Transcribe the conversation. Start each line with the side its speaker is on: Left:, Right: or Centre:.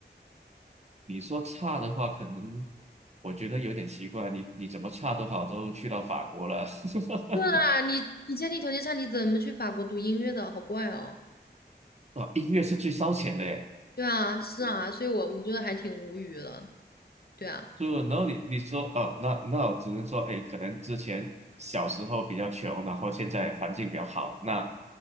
Right: 你说差的话，可能我觉得有点奇怪。你你怎么差都好，都去到法国了。<laughs>
Left: 是啊，你你家里条件差，你怎么去法国读音乐的？好怪哦。
Right: 啊，音乐是最烧钱的耶。
Left: 对啊，是啊，所以我我觉得还挺无语的。对啊，
Right: 就然后你你说哦，那那我只能说，哎，可能之前小时候比较穷，然后现在环境比较好。那